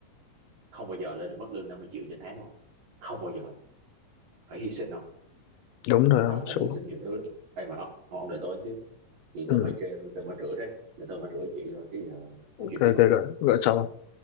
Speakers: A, on the right; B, on the left.
A: không bao giờ lên được mức lương 50 triệu trên tháng đúng không không bao giờ đâu. phải hy sinh không
B: đúng rồi
A: người giàu
B: không
A: người
B: số
A: ta phải hy sinh nhiều thứ lắm Ê mà ông, ông, ông đợi tôi xíu chị
B: ừ.
A: tôi mới kêu tôi mới rửa đấy để tôi mới rửa chị rồi cái giờ nói chuyện
B: rồi
A: tiếp
B: rồi
A: không
B: rồi rồi sao không?